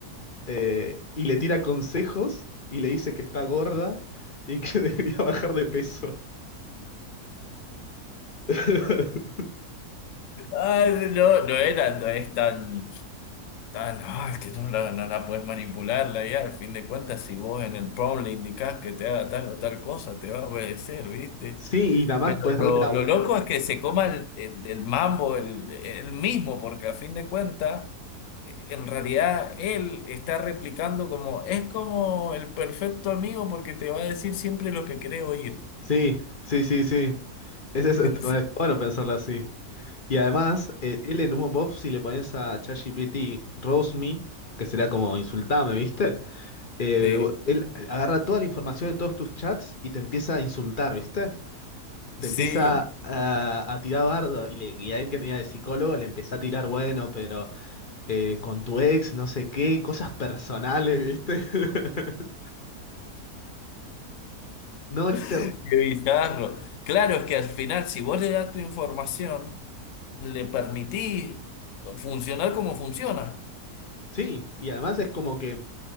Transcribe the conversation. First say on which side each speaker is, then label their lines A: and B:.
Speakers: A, on the left; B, on the left.
A: Eh, y le tira consejos y le dice que está gorda y que <laughs> debería bajar de peso. <laughs>
B: Ay, no, no era, no es tan. Ah, no, es que no la, no la puedes manipular la IA. Al fin de cuentas, si vos en el prompt le indicás que te haga tal o tal cosa, te va a obedecer, ¿viste?
A: Sí, y nada más
B: Pero
A: puedes darle
B: lo,
A: la
B: lo
A: vuelta
B: loco
A: a la
B: es
A: justificación.
B: que se coma el, el- el mambo el, el mismo, porque a fin de cuentas, eh, en realidad él está replicando como, es como el perfecto amigo porque te va a decir siempre lo que querés oír.
A: Sí, sí, sí, sí. Ese es,
B: <laughs>
A: est- bueno, es bueno pensarlo así. Y además, eh, él en un box si le pones a ChatGPT, roast me, que sería como insultame, ¿viste? eh,
B: Sí,
A: él agarra toda la información de todos tus chats y te empieza a insultar, ¿viste? Te
B: sí.
A: empieza a, a tirar bardo y, le, y a él que tenía de psicólogo le empezó a tirar, bueno, pero eh, con tu ex, no sé qué, y cosas personales, ¿viste? <laughs> No es terrible.
B: <laughs> qué bizarro. Claro, es que al final, si vos le das tu información. le permití funcionar como funciona.
A: Sí, y además es como que